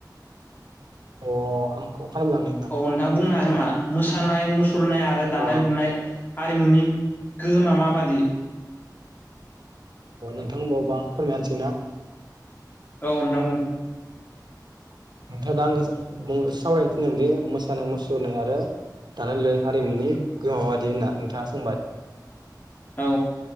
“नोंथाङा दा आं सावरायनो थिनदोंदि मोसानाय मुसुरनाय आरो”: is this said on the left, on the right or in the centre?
Right